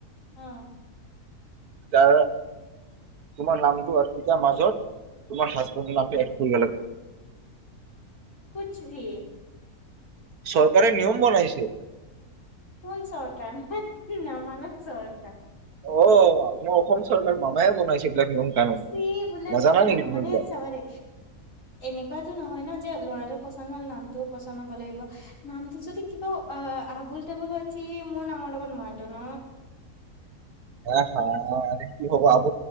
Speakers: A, on the left (about 55°); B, on the right (about 70°).
A: অ'।
B: তাৰ, তোমাৰ নামটো অৰ্পিতাৰ মাজত, তোমাৰ হাজবেণ্ডৰ নামটো এড কৰিব লাগিব।
A: কোচ্ ভি।
B: চৰকাৰে নিয়ম বনাইছে
A: কোন চৰকাৰ? ন মানত চৰকাৰ।
B: অ' মই অসম চৰকাৰ মামায়ে বনাইছে। এইবিলাক নিয়ম কানুন।
A: সি বোলো
B: নাজানা নেকি তুমি
A: মানে
B: এইবিলাক?
A: চাব দে এনেকুৱাতো নহয় ন যে ল'ৰাটো পচন্দ হ'ল নামটোও পচন্দ হ'ব লাগিব নামটো যদি কিবা আবুল তাবুল হৈ চি মোৰ নামৰ লগত মইটো ন
B: এ হা কি হব আব